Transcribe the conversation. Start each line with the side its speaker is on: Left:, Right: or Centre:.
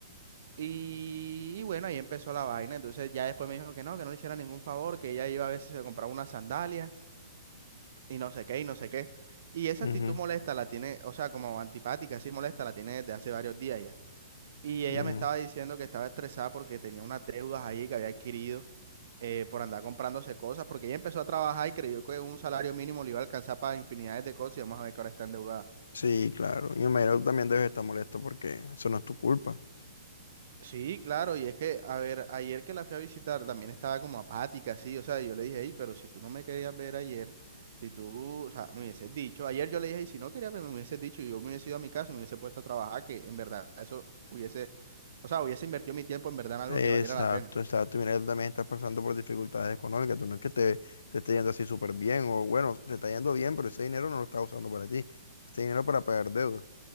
Right: Y, y bueno, ahí empezó la vaina. Entonces ya después me dijo que no, que no le hiciera ningún favor, que ella iba a ver si se compraba unas sandalias y no sé qué, y no sé qué. Y esa
Left: ujú,
Right: actitud molesta la tiene, o sea, como antipática, así molesta, la tiene desde hace varios días ya. Y ella
Left: ujú.
Right: me estaba diciendo que estaba estresada porque tenía unas deudas ahí que había adquirido eh, por andar comprándose cosas, porque ella empezó a trabajar y creyó que un salario mínimo le iba a alcanzar para infinidades de cosas y vamos a ver que ahora está endeudada.
Left: Sí, claro, y me imagino que tú también debes estar molesto porque eso no es tu culpa.
Right: Sí, claro, y es que, a ver, ayer que la fui a visitar también estaba como apática, sí, o sea, yo le dije, hey, pero si tú no me querías ver ayer, si tú, o sea, me hubieses dicho, ayer yo le dije, "Ey, si no querías verme, me hubieses dicho, y yo me hubiese ido a mi casa, y me hubiese puesto a trabajar, que en verdad eso hubiese, o sea, hubiese invertido mi tiempo en verdad en algo
Left: Exacto,
Right: que valiera la pena.
Left: exacto. Mira, tú también estás pasando por dificultades económicas. Tú no es que te, te esté yendo así súper bien, o bueno, te está yendo bien, pero ese dinero no lo estás usando para ti. Este dinero para pagar deuda.